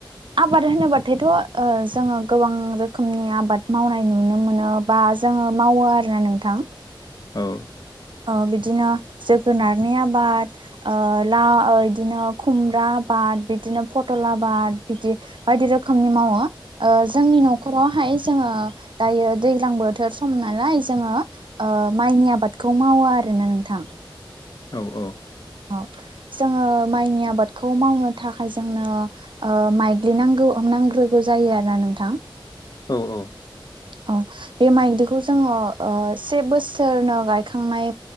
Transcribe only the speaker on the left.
औ
औ अ
औ औ